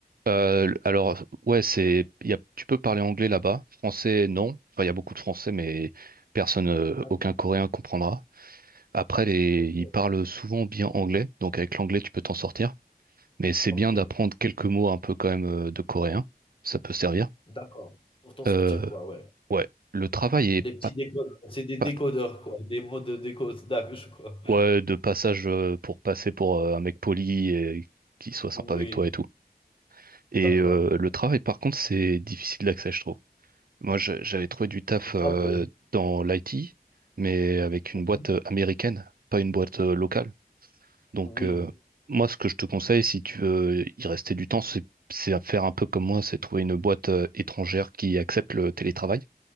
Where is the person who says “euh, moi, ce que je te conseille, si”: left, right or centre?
Right